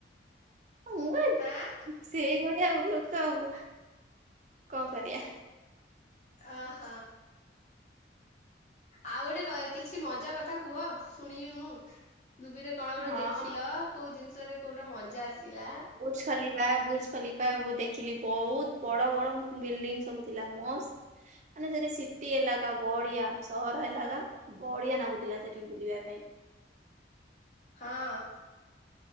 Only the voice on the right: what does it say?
ହଁ ମୁଁ
ହୁଁ ସେଇଭଳିଆ ଆଉ ଲୋକ ଆଉ। କଣ କରିବା
ହଁ।
ବୁଜ ଖଲିିଫା ବୁଜ ଖଲିିଫା ମମୁଁ ଦେଖିଲି ବହୁତ ବଡ ବଡ ବିଲ୍ଡିଙ୍ଗ ସବୁ ଥିଲା ମସ୍ତ। ମାନେ ସେଠି ସିଟି ଏଲାକା ବଢ଼ିଆ ସହର ଏଲାକା। ବଢିଆ ନାଗୁଥିଲା ସେଠି ବୁଲିବା ପାଇଁ।